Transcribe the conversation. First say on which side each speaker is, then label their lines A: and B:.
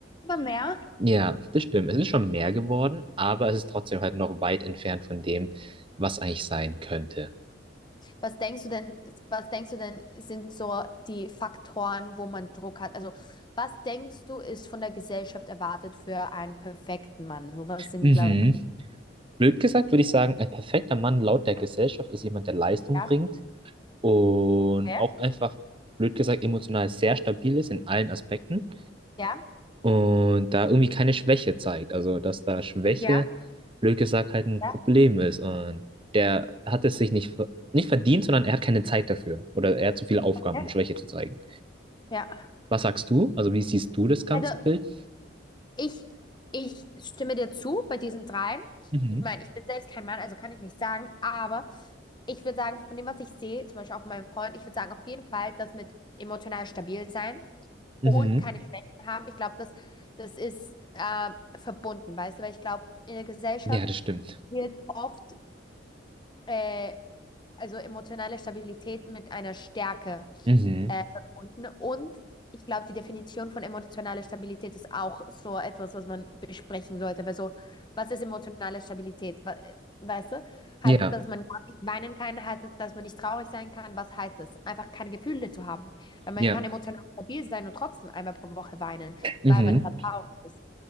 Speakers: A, on the left; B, on the right.
A: Aber mehr,
B: ja, das stimmt, es ist schon mehr geworden, aber es ist trotzdem halt noch weit entfernt von dem, was eigentlich sein könnte.
A: was denkst du denn, was denkst du denn, sind so die Faktoren, wo man Druck hat? Also, was denkst du, ist von der Gesellschaft erwartet für einen perfekten Mann? So was sind,
B: Mhm.
A: glaube ich,
B: Blöd gesagt würde ich sagen, ein perfekter Mann laut der Gesellschaft ist jemand, der Leistung
A: Ja,
B: bringt und
A: okay.
B: auch einfach, blöd gesagt, emotional sehr stabil ist in allen Aspekten
A: ja.
B: und da irgendwie keine Schwäche zeigt. Also, dass da Schwäche,
A: Ja,
B: blöd gesagt, halt ein
A: ja.
B: Problem ist und der hat es sich nicht, ver- nicht verdient, sondern er hat keine Zeit dafür oder er hat zu viele Aufgaben,
A: Ja.
B: um Schwäche zu zeigen.
A: Ja.
B: Was sagst du? Also, wie siehst du das ganze
A: Also
B: Bild?
A: ich, ich stimme dir zu bei diesen dreien.
B: Mhm.
A: Ich meine, ich bin selbst kein Mann, also kann ich nicht sagen, aber ich würde sagen, von dem, was ich sehe, zum Beispiel auch von meinem Freund, ich würde sagen, auf jeden Fall, das mit emotional stabil sein
B: Mhm.
A: und keine Schwächen haben. Ich glaube, das, das ist äh, verbunden, weißt du, weil ich glaube, in der Gesellschaft
B: Ja, das stimmt.
A: wird oft äh, also emotionale Stabilität mit einer Stärke
B: Mhm.
A: äh, verbunden. Und ich glaube, die Definition von emotionaler Stabilität ist auch so etwas, was man besprechen sollte. Weil so, was ist emotionale Stabilität? Wa- äh, Weißt du? Heißt
B: Ja,
A: es, dass man nicht weinen kann? Heißt es, dass man nicht traurig sein kann? Was heißt es? Einfach keine Gefühle zu haben. Weil man
B: ja.
A: kann emotional stabil sein und trotzdem einmal pro Woche weinen,
B: Mhm.
A: weil man gerade traurig ist.